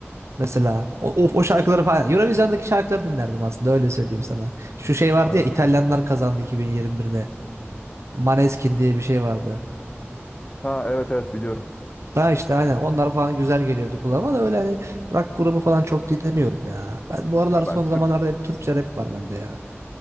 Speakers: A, on the right; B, on the left.
A: Mesela o, o, o şarkıları falan. Eurovision'daki şarkıları dinlerdim aslında öyle söyleyeyim sana. Şu şey vardı
B: Ha
A: ya İtalyanlar
B: anladım.
A: kazandı 2021'de. Maneskin diye bir şey vardı.
B: Ha evet evet biliyorum.
A: Ha işte aynen onlar falan güzel geliyordu kulağıma da öyle hani rock grubu falan çok dinlemiyorum ya. Ben
B: Ha,
A: bu aralar
B: ya
A: son
B: ben
A: zamanlarda
B: Türk
A: hep Türkçe rap var bende ya.